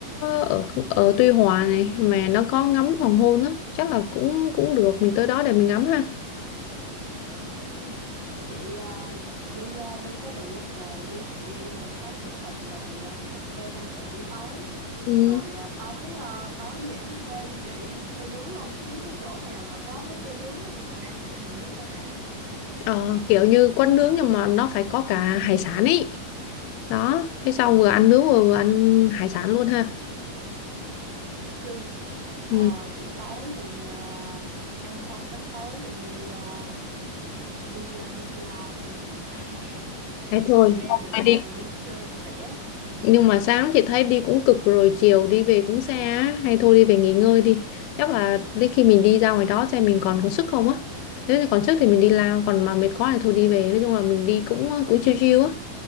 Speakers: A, on the left; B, on the right.
A: ở ở Tuy Hòa này mà nó có ngắm hoàng hôn á chắc là cũng cũng được mình tới đó để mình ngắm ha
B: Ừ. Vậy à, đi à, đi cái đồ local đi chị em mình ra đó chụp hình rồi à, cà phê tâm sự buổi tối
A: ừ,
B: rồi à, tối à, tối về ăn buffet không chị ăn buffet nướng không kiếm cái chỗ nào mà có buffet nướng á, tụi mình ăn ăn đồ nướng cho đã
A: ờ, kiểu như quán nướng nhưng mà nó phải có cả hải sản ấy đó cái sau vừa ăn nướng vừa, vừa ăn hải sản luôn ha
B: ok
A: ừ
B: Ờ, vậy tối thì à, ăn xong chắc tối mình đi à, đi à, đi cloud không chị <laughs>
A: thế thôi
B: chị em
A: hôm
B: mình
A: nay đi
B: à, đi chơi vui vẻ
A: nhưng mà sáng chị thấy đi cũng cực rồi chiều đi về cũng xa á hay thôi đi về nghỉ ngơi đi chắc là đến khi mình đi ra ngoài đó xem mình còn có sức không á nếu như còn sức thì mình đi lao còn mà mệt quá thì thôi đi về nói chung là mình đi cũng ờ, cũng chill chill á